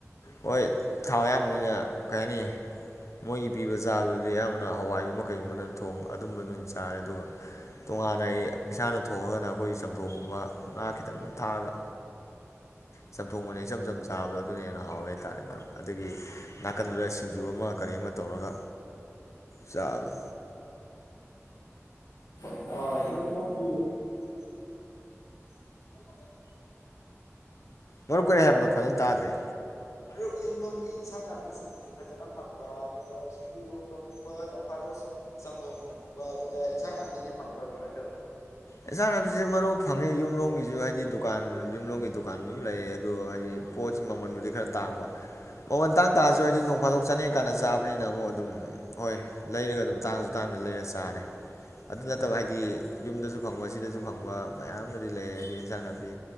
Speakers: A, on the left; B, on the left.
A: ꯍꯣꯏ ꯊꯥꯎ ꯑꯌꯥꯝꯕꯅꯤꯅ ꯀꯩ ꯍꯥꯏꯅꯤ ꯃꯣꯏꯒꯤ ꯄꯤꯕ ꯆꯥꯕꯗꯨꯗꯤ ꯑꯌꯥꯝꯕꯅ ꯍꯋꯥꯏꯒꯨꯝꯕ ꯀꯩꯒꯨꯝꯕꯅꯣꯡ ꯑꯗꯨꯝꯕꯗꯨꯝ ꯆꯥꯔꯦ ꯑꯗꯨꯒ ꯇꯣꯉꯥꯟꯅ ꯑꯩ ꯏꯁꯥꯅ ꯊꯣꯡꯉꯒꯅ ꯑꯩꯈꯣꯏꯒꯤ ꯆꯝꯊꯣꯡꯒꯨꯝꯕ ꯉꯥ ꯈꯤꯇꯪ ꯊꯥꯛꯑꯒ ꯆꯝꯊꯣꯡꯕꯅꯤ ꯏꯆꯝ ꯆꯝ ꯆꯥꯕꯗꯣ ꯑꯗꯨꯅ ꯍꯦꯟꯅ ꯍꯥꯎꯋꯦ ꯍꯥꯏꯇꯥꯔꯦ ꯃꯔꯨꯞ ꯑꯗꯒꯤ ꯅꯥꯀꯟꯗꯨꯗ ꯁꯤꯡꯖꯨ ꯑꯃ ꯀꯔꯤ ꯑꯃ ꯇꯧꯔꯒ ꯆꯥꯕꯗꯣ
B: <unintelligible> <inaudible>
A: ꯃꯔꯨꯞ ꯀꯨꯔꯦ ꯍꯥꯏꯕꯅꯣ ꯐꯖꯅ ꯇꯥꯗ꯭ꯔꯦ
B: ꯃꯔꯨꯞ ꯌꯨꯝꯂꯣꯝꯒꯤ ꯏꯟꯁꯥꯡ ꯅꯥꯄꯤꯁꯤꯡꯗꯨꯗꯤ ꯐꯖꯅ ꯐꯪꯕ꯭ꯔꯥ ꯑꯗꯨꯒ ꯁꯤꯡꯖꯨꯗꯣꯡ ꯊꯣꯡꯉꯨꯕ ꯅꯣꯡꯐꯥꯗꯧ ꯆꯝꯊꯣꯡ ꯊꯣꯡꯉꯨꯕ ꯑꯗꯨꯗ ꯏꯟꯁꯥꯡ ꯅꯥꯄꯤꯗꯤ ꯐꯪꯕ꯭ꯔꯥ ꯀꯃꯥꯏꯅ ꯇꯧꯋꯤ
A: ꯑꯦꯟꯁꯥꯡ ꯅꯥꯏꯁꯦ ꯃꯔꯨ ꯐꯪꯉꯦ ꯌꯨꯝꯂꯣꯡꯝꯒꯤꯁꯨ ꯍꯥꯏꯗꯤ ꯗꯨꯀꯥꯟ ꯌꯨꯝꯂꯣꯡꯝꯒꯤ ꯗꯨꯀꯥꯟ ꯑꯗꯨꯝ ꯂꯩꯌꯦ ꯑꯗꯨꯗꯣ ꯍꯥꯏꯗꯤ ꯄꯣꯠꯁꯤ ꯃꯃꯜꯕꯨꯗꯤ ꯈꯔ ꯇꯥꯡꯕ ꯃꯃꯟ ꯇꯥꯡ ꯇꯥꯔꯁꯨ ꯍꯥꯏꯗꯤ ꯅꯣꯡ ꯐꯥꯗꯣꯛ ꯆꯥꯅꯤꯡꯀꯥꯟꯗ ꯆꯥꯕꯅꯤꯅ ꯑꯃꯨꯛ ꯑꯗꯨꯝ ꯍꯣꯏ ꯂꯩꯔꯒ ꯑꯗꯨꯝ ꯇꯥꯡꯁꯨ ꯇꯥꯡꯅ ꯂꯩꯔ ꯆꯥꯔꯦ ꯑꯗꯨ ꯅꯠꯇꯕ ꯍꯥꯏꯗꯤ ꯌꯨꯝꯗꯁꯨ ꯐꯪꯕ ꯁꯤꯗꯁꯨ ꯐꯪꯕ ꯃꯌꯥꯝ ꯑꯃꯗꯤ ꯂꯩ ꯍꯥꯏꯗꯤ ꯑꯦꯟꯖꯥꯡ ꯅꯥꯄꯤ